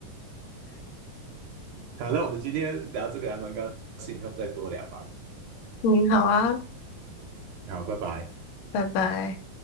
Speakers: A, on the right (about 75°); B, on the left (about 75°).
A: 好，那我们今天聊这个还蛮高兴，以后再多聊吧。
B: 嗯，好啊，
A: 好，拜拜。
B: 拜拜。